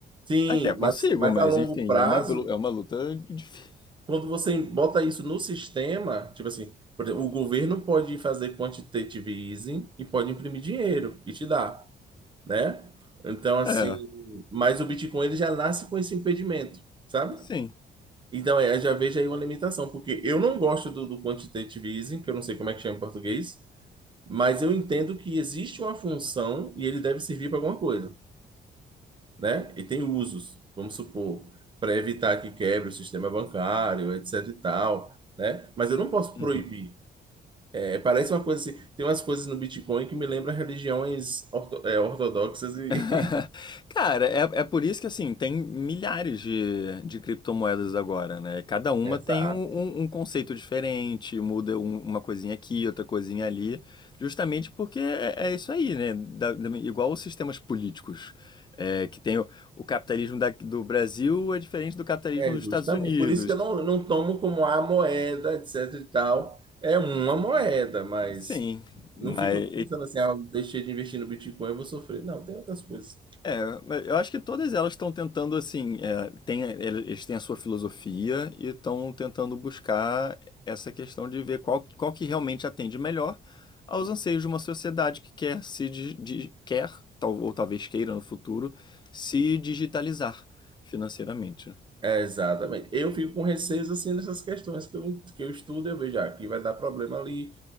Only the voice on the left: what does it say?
Até consigo,
mas
enfim,
é uma, blu- é uma luta difícil.
É,
sim.
Uhum.
<laughs> Cara, é, é por isso que assim, tem milhares de, de criptomoedas agora, né? Cada uma
tem um, um- um conceito diferente, muda um- uma coisinha aqui, outra coisinha ali, justamente porque é, é isso aí, né? Da- da- igual os sistemas políticos, é, que tem o, o capitalismo da- do Brasil é diferente do capitalismo
dos
Estados Unidos.
que-
sim, mas
É, mas eu acho que todas elas estão tentando, assim, é, tem- eles têm a sua filosofia e estão tentando buscar essa questão de ver qual, qual que realmente atende melhor aos anseios de uma sociedade que quer se di- di- quer, tal- ou talvez queira no futuro, se digitalizar financeiramente. né?